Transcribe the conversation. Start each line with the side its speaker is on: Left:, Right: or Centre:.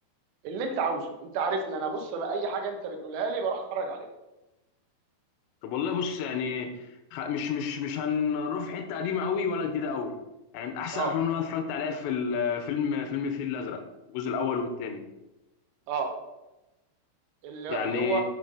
Right: اللي انت عاوزه انت عارفني انا بص بقى اي حاجه انت بتقولها لي بروح اتفرج عليها
Left: طب والله بص يعني خ- مش مش مش هنروح في حته قديمه قوي ولا جديده قوي يعني من احسن
Right: اه
Left: الافلام اللي انا اتفرجت عليها في ال- فيلم فيلم الفيل الازرق الجزء الاول والثاني
Right: اه اللي
Left: يعني
Right: اللي هو